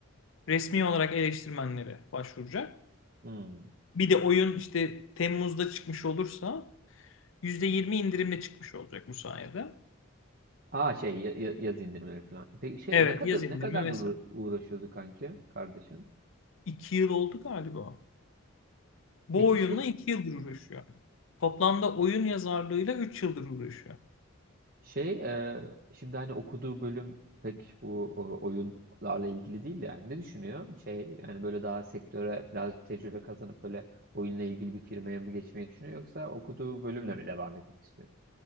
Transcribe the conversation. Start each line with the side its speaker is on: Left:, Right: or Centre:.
Left: resmi olarak eleştirmenlere başvuracak.
Right: Hmm.
Left: Bir de oyun işte Temmuz'da çıkmış olursa %20 indirimle çıkmış olacak bu sayede.
Right: Aa şey ya- ya- yazı indirmeleri falan. Peki şey
Left: Evet
Right: ne kadar
Left: yaz indirimi
Right: ne kadar
Left: vesaire.
Right: duru- uğraşıyordu kanki kardeşin?
Left: 2 yıl oldu galiba. Bu
Right: Peki
Left: oyunla
Right: şey
Left: 2 yıldır uğraşıyor. Toplamda oyun yazarlığıyla 3 yıldır uğraşıyor.
Right: Şey, e, şimdi hani okuduğu bölüm pek bu o- oyunlarla ilgili değil de yani ne düşünüyor? Şey, yani böyle daha sektöre biraz tecrübe kazanıp böyle oyunla ilgili bir firmaya mı geçmeyi düşünüyor yoksa okuduğu bölümle mi devam etmek istiyor?